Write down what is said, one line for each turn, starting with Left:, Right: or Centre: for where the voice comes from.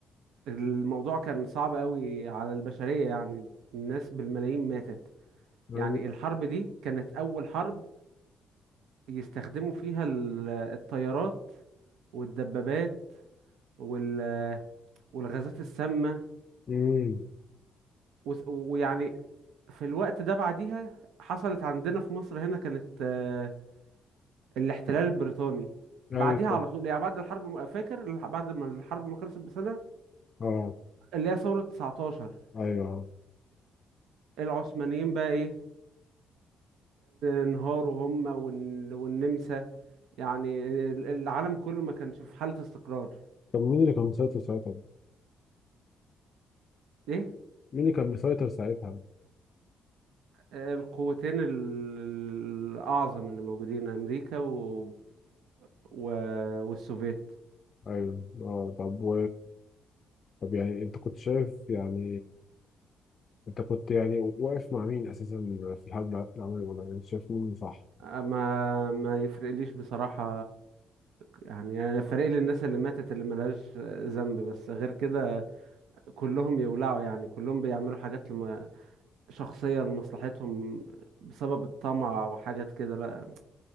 Right: الموضوع كان صعب قوي على البشرية يعني الناس بالملايين ماتت
Left: يعني
Right: يعني الحرب دي كانت أول حرب يستخدموا فيها ال- الطيارات والدبابات وال- والغازات السامة
Left: مم.
Right: وس- ويعني في الوقت ده بعديها حصلت عندنا في مصر هنا كانت آه، الاحتلال البريطاني
Left: ايوه
Right: بعديها على
Left: صح.
Right: طول يعني بعد الحرب ما- فاكر الح- بعد ما الحرب ما خلصت بسنة
Left: اه
Right: اللي هي ثورة 19
Left: ايوه آه.
Right: العثمانيين بقى ايه انهاروا هم والن- والنمسا يعني ال- العالم كله ما كانش في حالة استقرار
Left: طب مين اللي كان مسيطر ساعتها
Right: ايه
Left: مين اللي كان مسيطر ساعتها
Right: القوتين ال- الأعظم اللي موجودين أمريكا و... و... والسوفيت
Left: ايوه اه طب و... طب يعني انت كنت شايف يعني انت كنت يعني واقف مع مين اساسا في الحرب الع- العالميه الاولى يعني أنت شايف مين اللي صح
Right: ما ما يفرقليش بصراحة يعني أنا فارق لي الناس اللي ماتت اللي ملهاش ذنب بس غير كده كلهم يولعوا يعني كلهم بيعملوا حاجات لما شخصية لمصلحتهم بسبب الطمع وحاجات كده لا